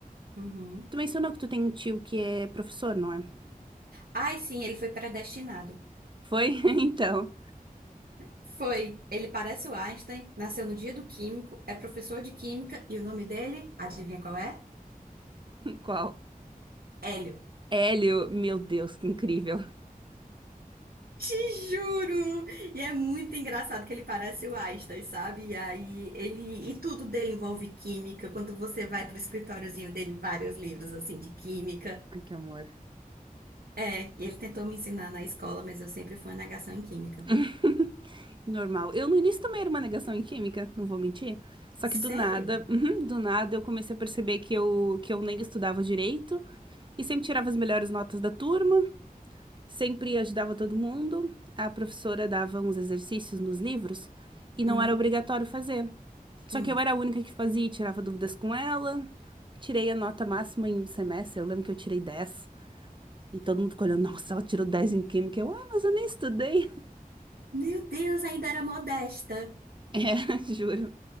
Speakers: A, on the right; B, on the right.
A: Uhum.
B: Tu mencionou que tu tem um tio que é professor, não é?
A: Ai, sim, ele foi predestinado.
B: Foi? <laughs> Então,
A: Foi. Ele parece o Einstein, nasceu no dia do químico, é professor de química e o nome dele, adivinha qual é?
B: qual?
A: Hélio.
B: Hélio, meu Deus, que incrível.
A: Te juro! E é muito engraçado que ele parece o Einstein, sabe? E aí ele e tudo dele envolve química. Quando você vai pro escritóriozinho dele, vários livros assim de química.
B: Ai, que amor.
A: É, e ele tentou me ensinar na escola, mas eu sempre fui uma negação em química.
B: <laughs> Normal. Eu no início também era uma negação em química, não vou mentir. Só
A: Sério?
B: que do nada, <laughs> uhum, do nada eu comecei a perceber que eu, que eu nem estudava direito e sempre tirava as melhores notas da turma, sempre ajudava todo mundo. A professora dava uns exercícios nos livros e não
A: Uhum.
B: era obrigatório fazer. Só
A: Hum.
B: que eu era a única que fazia e tirava dúvidas com ela. Tirei a nota máxima em um semestre, eu lembro que eu tirei dez E todo mundo ficou olhando, nossa, ela tirou 10 em química. Eu, ah, mas eu nem estudei.
A: Meu Deus, ainda era modesta.
B: É, <laughs> juro.